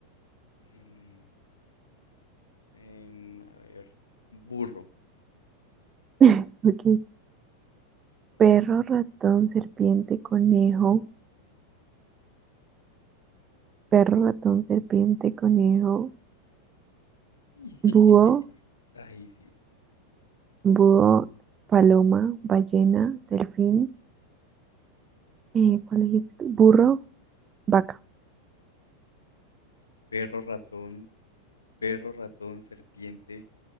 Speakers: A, on the left (about 75°); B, on the right (about 25°).
A: em, em, a ver, burro,
B: <laughs> Ok. Perro, ratón, serpiente, conejo. Perro, ratón, serpiente, conejo,
A: <laughs>
B: búho,
A: Ay, sí.
B: búho, paloma, ballena, delfín. Eh, ¿cuál dijiste tú? Burro, vaca.
A: Perro, ratón, perro, ratón, serpiente,